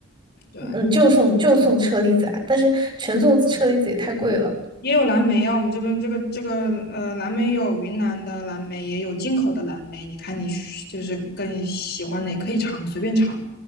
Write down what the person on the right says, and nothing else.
嗯，
嗯就送就送车厘子啊，但是全送车厘子也太贵了。